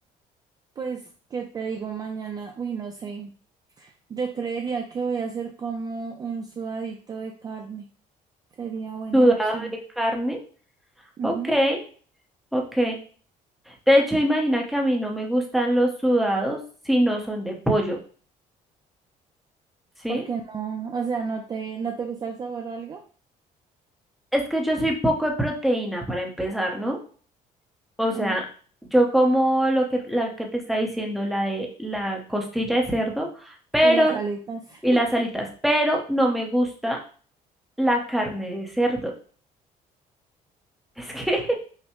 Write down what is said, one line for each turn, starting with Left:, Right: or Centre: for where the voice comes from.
Right: Pues, ¿qué te digo mañana? Uy, no sé. Yo creería que voy a hacer como un sudadito de carne. Sería buena
Centre: Sudado
Right: opción.
Centre: de carne.
Right: Ujú.
Centre: Ok, ok. De hecho, imagina que a mí no me gustan los sudados si no son de pollo, ¿sí?
Right: Porque no, o sea, no te, no te gusta el sabor o algo.
Centre: Es que yo soy poco de proteína para empezar, ¿no? O sea,
Right: O-
Centre: yo como lo que la que te está diciendo, la de la costilla de cerdo, pero
Right: Y las aletas.
Centre: y
Right: <laughs>
Centre: las alitas, pero no me gusta la carne de cerdo. Es que <laughs>